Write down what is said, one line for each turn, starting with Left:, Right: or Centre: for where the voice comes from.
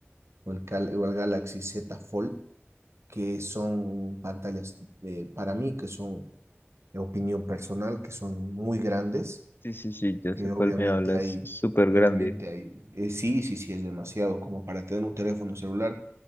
Right: o el, cal- o el Galaxy Z Fold, que son pantallas eh, para mí que son opinión personal, que son muy grandes,
Left: sí, sí, sí, yo
Right: que
Left: sé cuál
Right: obviamente
Left: me hablas.
Right: hay,
Left: Es súper
Right: obviamente
Left: grande.
Right: hay, eh, sí, sí, sí, es demasiado, como para tener un teléfono celular,